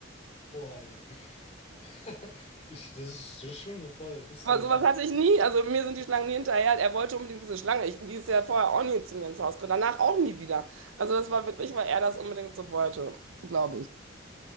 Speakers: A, on the left; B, on the right.
A: Boah, ey. <laughs> Ich, das ist, das ist schon so voll ein bisschen,
B: Aber sowas
A: ja,
B: hatte ich nie, also mir sind die Schlangen nie hinterher. Er wollte unbedingt diese Schlange. Ich, die ist ja vorher auch nie zu mir ins Haus gekommen, danach auch nie wieder. Also das war wirklich, weil er das unbedingt so wollte, glaube ich.